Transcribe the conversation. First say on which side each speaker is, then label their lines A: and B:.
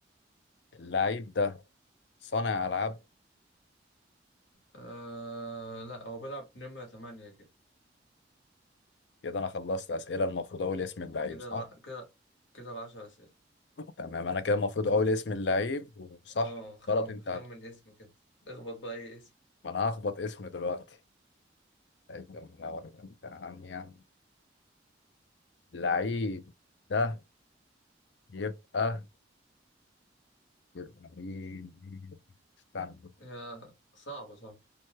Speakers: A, on the left (about 65°); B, on the left (about 85°).
A: اللعيب ده صانع ألعاب
B: آه لا هو بيلعب نمرة تمانية كده
A: كده انا خلصت اسئله المفروض اقول اسم اللعيب
B: كده
A: صح
B: الع... كده كده العشر أسئلة
A: تمام انا كده المفروض اقول اسم اللعيب وصح
B: اه خم...
A: غلط انت
B: خمن
A: هت-
B: اسم كده اخبط بقى أي اسم
A: ما انا هخبط اسمه دلوقتي لعيب ده من الأول، كان بتاع عنيا. اللعيب ده يبقى يبقى مين مين؟ استنى
B: يا صعبة صعبة